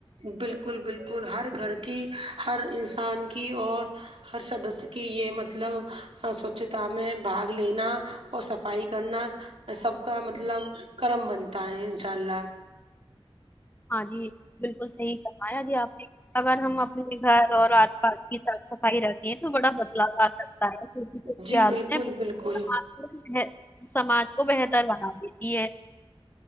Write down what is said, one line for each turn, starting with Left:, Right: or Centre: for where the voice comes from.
Right: بالکل بالکل ہر گھر کی ہر انسان کی اور ہر سدسیہ کی یہ مطلب سوچھتا میں باگ لینا اور صفائی کرنا سب کا مطلب کرم بنتا ہے انشاء اللہ
Left: ہاں جی بالکل صحیح فرمایا جی آپ نے اگر ہم اپنے گھر اور آس پاس کی صاف صف فائی رکھے تو بڑا بدلاؤ آ سکتا ہے چھوٹی چھوٹی
Right: جی
Left: عادتیں
Right: بالکل بالکل
Left: <unintelligible> سماج کو بہتر بنا دیتی ہے